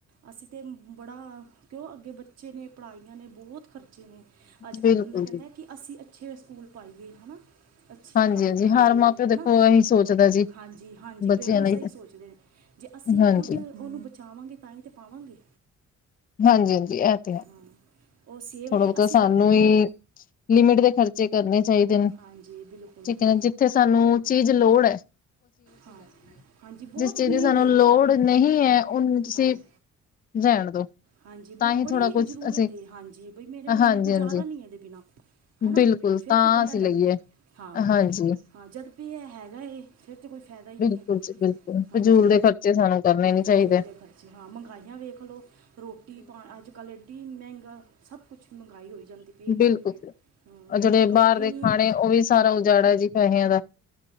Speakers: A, on the right; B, on the left.
A: ਅਸੀਂ ਤਾਂ ਬੜਾ, ਕਿਉਂ ਅੱਗੇ ਬੱਚੇ ਨੇ ਪੜ੍ਹਾਈਆਂ ਨੇ ਬੋਤ ਖਰਚੇ ਨੇ, ਅੱਜ
B: ਬਿਲਕੁਲ
A: ਕੱਲ ਬੰਦਾ
B: ਜੀ
A: ਕਹਿੰਦਾ ਕਿ, ਅਸੀਂ ਅੱਛੇ ਸਕੂਲ ਪਾਈਏ ਹਨਾ। ਅੱਛੀ
B: ਹਾਂਜੀ-ਹਾਂਜੀ
A: ਪੜ੍ਹਾਈ ਕਰੀਏ
B: ਹਰ ਮਾਂ ਪਿਓ ਦੇਖੋ
A: ਹਨਾ।
B: ਇਹੀ ਸੋਚਦਾ ਜੀ
A: ਹਾਂਜੀ-ਹਾਂਜੀ
B: ਬੱਚਿਆਂ
A: ਪੇਰੈਂਟਸ
B: ਲਈ
A: ਇਹੀ ਸੋਚਦੇ ਨੇ, ਜੇ ਅਸੀਂ
B: ਹਾਂਜੀ।
A: ਖੁੱਦ ਉਹਨੂੰ ਬਚਾਵਾਂਗੇ ਤਾਂਹੀ ਤੇ। ਪਾਵਾਂਗੇ।
B: ਹਾਂਜੀ-ਹਾਂਜੀ, ਇਹ ਤੇ ਹੈ।
A: ਹਾਂ, ਉਹ ਸੇਵ
B: ਥੋੜਾ
A: ਤਾਂ
B: ਬਹੁਤਾ
A: ਅਸੀਂ
B: ਸਾਨੂੰ
A: ਕਰਨੇ ਨੇ
B: ਹੀ
A: ਨਾ,
B: ਲਿਮਿਟ ਦੇ ਖਰਚੇ ਕਰਨੇ ਚਾਹੀਦੇ ਨੇ।
A: ਹਾਂਜੀ ਬਿਲਕੁਲ
B: ਠੀਕ
A: <inaudible>
B: ਜਿੱਥੇ ਸਾਨੂੰ ਚੀਜ਼ ਲੋੜ ਐ।
A: ਹਾਂ, ਹਾਂਜੀ ਬਹੁਤ
B: ਜਿਸ ਚੀਜ਼
A: ਨੀਡ
B: ਦੀ ਸਾਨੂੰ
A: ਏ,
B: ਲੋੜ ਨਹੀਂ
A: ਹੂੰ
B: ਹੈ ਉਹਨੂੰ ਤੁਸੀਂ
A: ਹਾਂਜੀ।
B: ਰਹਿਣ ਦੋ
A: ਹਾਂਜੀ, ਬਹੁਤ
B: ਤਾਂ ਹੀ
A: ਬੜੀ
B: ਥੋੜਾ ਕੁਛ
A: ਜ਼ਰੂਰਤ
B: ਅਸੀਂ
A: ਏ ਹਾਂਜੀ। ਬਈ ਮੇਰੇ ਹੁਣ
B: ਹਾਂਜੀ-ਹਾਂਜੀ
A: ਗੁਜ਼ਾਰਾ ਨੀ ਇਹਦੇ ਬਿਨਾਂ ਹਨਾ
B: ਬਿਲਕੁਲ
A: ਫੇਰ
B: ਤਾਂ
A: ਤੇ ਬੰਦਾ
B: ਅਸੀਂ
A: ਲੈ
B: ਲਈਏ
A: ਲੇ, ਹਾਂ
B: ਹਾਂਜੀ
A: ਹਾਂ ਜਦ ਵੀ ਇਹ ਹੈਗਾ ਫਿਰ ਤੇ ਕੋਈ ਫਾਇਦਾ ਈ ਨੀ
B: ਬਿਲਕੁਲ
A: ਐ,
B: ਜੀ ਬਿਲਕੁਲ
A: ਹਾਂਜੀ
B: ਫਜ਼ੂਲ ਦੇ ਖਰਚੇ ਸਾਨੂੰ ਕਰਨੇ ਨੀ ਚਾਹੀਦੇ
A: ਫਜ਼ੂਲ ਦੇ ਖਰਚੇ ਹਾਂ ਮਹਿੰਗਾਈਆਂ ਵੇਖ ਲਓ। ਰੋਟੀ ਪਾ ਅੱਜ ਕੱਲ੍ਹ ਐਡੀ ਮਹਿੰਗਾ ਸਭ ਕੁਛ ਮਹਿੰਗਾਈ ਹੋਈ ਜਾਂਦੀ। ਪਈ ਹੈ
B: ਬਿਲਕੁਲ ਉਹ
A: ਹਾਂ, ਇੰਨੀ
B: ਜਿਹੜੇ
A: ਕਮਾਈ
B: ਬਾਰ ਦੇ
A: ਨਹੀਂ
B: ਖਾਣੇ
A: ਹੈ
B: ਉਹ ਵੀ ਸਾਰਾ ਉਜਾੜਾ ਜੀ ਪੈਸਿਆਂ ਦਾ।